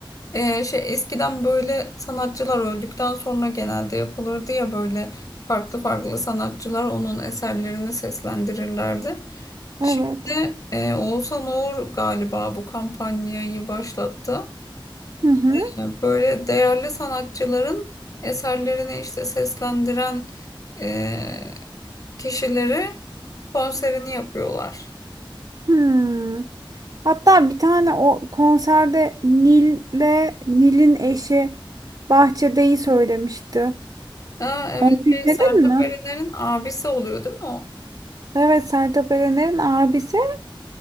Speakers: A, on the left; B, on the right.
A: Ee, şey eskiden böyle sanatçılar öldükten sonra genelde yapılırdı ya böyle farklı farklı sanatçılar onun eserlerini seslendirirlerdi.
B: Evet.
A: Şimdi e, Oğuzhan Uğur galiba bu kampanyayı başlattı.
B: Hı hı.
A: E, böyle değerli sanatçıların eserlerini işte seslendiren e, kişileri konserini yapıyorlar.
B: Hmm. Hatta bir tane o konserde Nil'le Nil'in eşi Bahçede'yi söylemişti.
A: Aa, evet
B: Onu dinledin
A: şey, Sertab
B: mi?
A: Erener'in abisi oluyor değil mi o?
B: Evet, Sertab Erener'in abisi